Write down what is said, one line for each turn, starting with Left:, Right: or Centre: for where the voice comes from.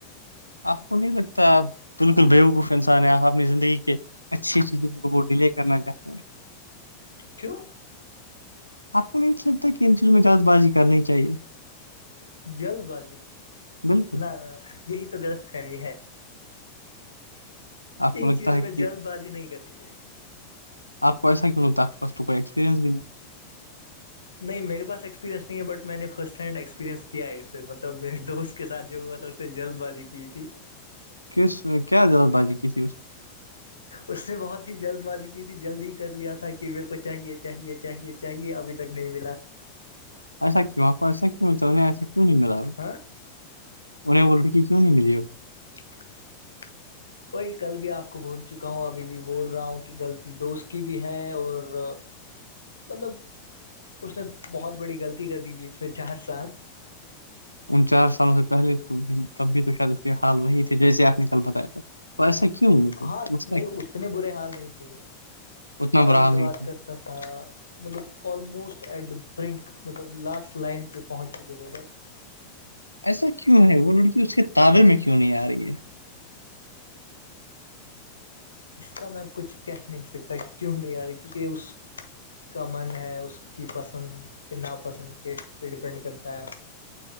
Right: آپ کو نہیں لگتا آپ بالکل بیوقوف انسان ہیں آپ اپنی زندگی کے اچھی چیزیں کو وہ ڈیلے کرنا چاہتے ہیں
Left: کیوں
Right: آپ کو نہیں لگتا کہ ان چیزوں میں جلد بازی کرنی چاہیے
Left: جلد بازی
Right: بالکل
Left: نہ یہی تو غلط فہمی ہے
Right: آپ
Left: انن
Right: کو لگتا
Left: چیزوں
Right: ہے
Left: میں
Right: کہ
Left: جلد بازی نہیں کرنی چاہیے
Right: آپ کو ایسا کہ لوگ تو کوئی ایکسپرینس نہیں ہے
Left: نہیں میرے پاس ایکسپیرئنس نہیں ہے بٹ میں نے فسٹ ہینڈ ایکسپیرریئنس کیا ہے اس سے مطلب میرے دوست اس کے ساتھ جو ہوا تھا اس نے جلد بازی کی تھی
Right: کس کیا ضرت باجے ک تی
Left: اس نے بہت ہی جلد بازی کی تھی جلد ہی کر لیا تھا کہ میرے کو چاہیے چاہیے چاہیے چاہیے ابھی تک نہیں ملا
Right: ایسا کیاں پر ایسا کیوں ایسا کیوں نہیں ملا
Left: <unintelligible>
Right: انہیں بولڑ کیوں نہیں ملے ہو
Left: <unintelligible> بی کل بھی آپ کو بھول چکا ہوں ابھی بھی بول رہا ہوں کہ غلط دوست کی بھی ہے اور مطلب اس نے بہت بڑی غلطی کر دی بیچ میں چار سال
Right: ان چار سالوں سے پہلے تو تب بھی تو شاید اس کے حال وہی تھے جیسے آپ نے کل بتایا تھا پیسا کیوں مطلب
Left: ہاں
Right: مسئلہ
Left: نہیں
Right: کیا ہے
Left: اتنے برے حال نہیں تھے
Right: اتنا
Left: آرام
Right: برا حال
Left: سے
Right: نہیں
Left: بات
Right: تھا
Left: کرتے تا مطلب آلموسٹ ایٹ دا برنک مطلب لاسٹ لائن پہ پہنچ چکے تھے بٹ
Right: ایسا کیوں ہے وہ لڑکی اس کے تعابے میں کیوں نہیں آ رہی ہے
Left: اس کا میں کچھ کہہ نہیں سکتا کہ کیوں نہیں آ رہا کیونکہ اس کا من ہے اس کی پسند کے ناپسند کے پہ ڈیپینڈ کرتا ہے